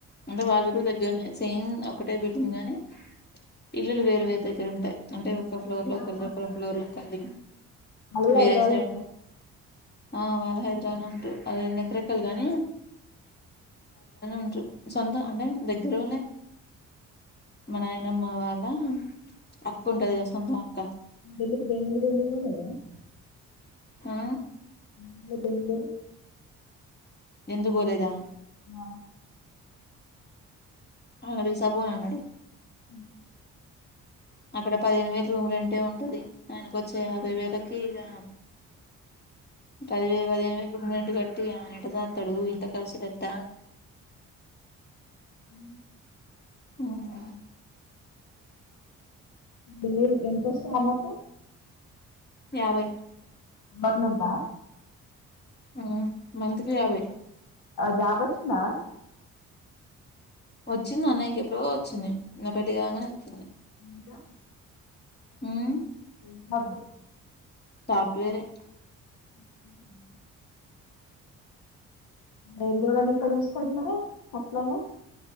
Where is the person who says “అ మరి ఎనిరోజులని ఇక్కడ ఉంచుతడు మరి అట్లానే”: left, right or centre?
Left